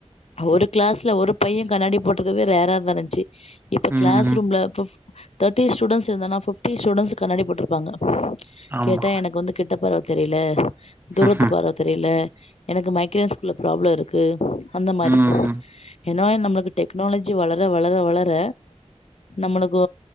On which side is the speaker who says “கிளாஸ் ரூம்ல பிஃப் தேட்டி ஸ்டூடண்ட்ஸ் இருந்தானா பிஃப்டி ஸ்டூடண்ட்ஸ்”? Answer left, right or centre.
Left